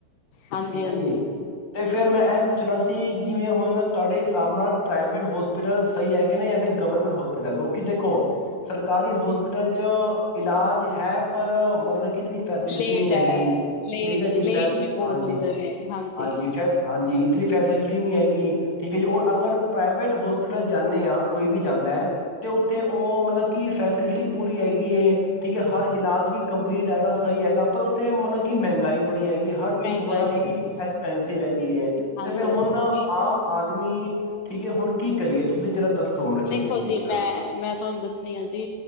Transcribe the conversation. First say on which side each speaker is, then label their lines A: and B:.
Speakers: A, on the left; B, on the left.
A: ਹਾਂਜੀ
B: ਠੀਕ
A: ਹਾਂਜੀ
B: ਹੈ ਜੀ ਤੇ ਫੇਰ ਮੈਂ ਇਹ ਪੁੱਛਣਾ ਸੀ ਜਿਵੇਂ ਹੁਣ ਤੁਹਾਡੇ ਹਿਸਾਬ ਨਾਲ ਪ੍ਰਾਈਵੇਟ ਹੋਸਪਿਟਲ ਸਹੀ ਹੈ ਕਿ ਨਹੀਂ ਜਾਂ ਫਿਰ ਗਵਰਮੈਂਟ ਹੋ ਕਿ ਦੇਖੋ ਸਰਕਾਰੀ ਹੋਸਪਿਟਲ ਚ ਇਲਾਜ ਹੈ ਪਰ ਮਤਲਬ ਕਿ ਇਤਨੀ ਫੈਸਿਲਿਟੀ
A: ਲੇਟ
B: ਨਹੀਂ ਹੈਗੀ
A: ਹੈ ਲੇਟ
B: ਠੀਕ ਹੈ
A: ਲੇਟ
B: ਫੈ
A: ਵੀ ਬਹੁਤ
B: ਜੀ ਹਾਂਜੀ
A: ਹੁੰਦੇ ਨੇ ਹਾਂਜੀ
B: <unintelligible> ਜੀ ਇਤਨੀ ਫੈਸਿਲਿਟੀ ਨਹੀਂ ਹੈਗੀ ਠੀਕ ਹੈ ਜੀ ਔਰ ਅਗਰ ਪ੍ਰਾਈਵੇਟ ਹੋਸਪਿਟਲ ਜਾਣੇ ਆ ਕੋਈ ਵੀ ਜਾਂਦਾ ਹੈ ਤੇ ਉੱਥੇ ਉਹ ਮਤਲਬ ਕਿ ਫੈਸਿਲਿਟੀ ਪੂਰੀ ਹੈਗੀ ਏ ਠੀਕ ਹੈ ਹਰ ਇਲਾਜ ਵੀ ਕੰਪਲੀਟ ਹੈਗਾ ਸਹੀ ਹੈਗਾ ਪਰ ਉੱਥੇ ਮਤਲਬ ਕਿ ਮਹਿੰਗਾਈ ਬੜੀ ਹੈਗੀ ਚੀਜ਼
A: ਮਹਿੰਗਾਈ
B: ਬੜਾ ਹੀ
A: ਬੜੀ ਹੈ
B: ਐਕਸਪੈਂਨਸਿਵ ਹੈਗੀ ਹੈ
A: ਹਾਂਜੀ-ਹਾਂਜੀ,
B: ਤੇ ਫ਼ਿਰ ਹੁਣ ਆਮ ਆਦਮੀ ਠੀਕ ਹੈ ਹੁਣ ਕੀ ਕਰੀਏ ਤੁਸੀਂ ਜਿਹੜਾ ਦੱਸੋ? ਮੈਨੂੰ ਚੰਗੇ
A: ਦੇਖੋ
B: ਤਰੀਕੇ
A: ਜੀ
B: ਨਾਲ
A: ਮੈਂ ਮੈਂ ਤੁਹਾਨੂੰ ਦੱਸਣੀ ਆ ਜੀ